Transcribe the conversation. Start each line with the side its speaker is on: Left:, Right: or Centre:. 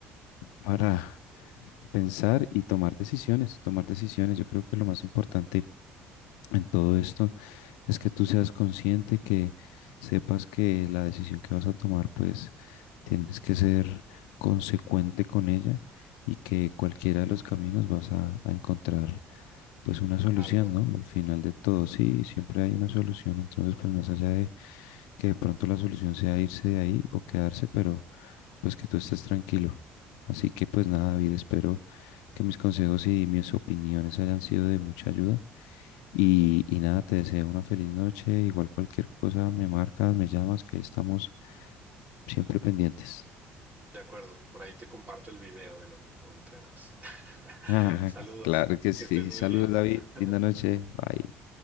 Left: para pensar y tomar decisiones. Tomar decisiones, yo creo que es lo más importante en todo esto es que tú seas consciente, que sepas que la decisión que vas a tomar, pues tienes que ser consecuente con ella y que cualquiera de los caminos vas a, a encontrar pues una solución,
Right: Algo.
Left: ¿no? Al final de todo, sí, siempre hay una solución, entonces pues más allá de que de pronto la solución sea irse de ahí o quedarse, pero pues que tú estés tranquilo. Así que pues nada, David, espero que mis consejos y mis opiniones hayan sido de mucha ayuda y, y nada, te deseo una feliz noche. Igual cualquier cosa me marcas, me llamas, que ahí estamos siempre pendientes.
Right: De acuerdo, por ahí te comparto el video de lo que encontremos. <laughs>
Left: <laughs>
Right: Saludos,
Left: Claro que
Right: que
Left: sí.
Right: estés muy
Left: Saludos,
Right: bien.
Left: David.
Right: <laughs>
Left: Linda noche. Bye.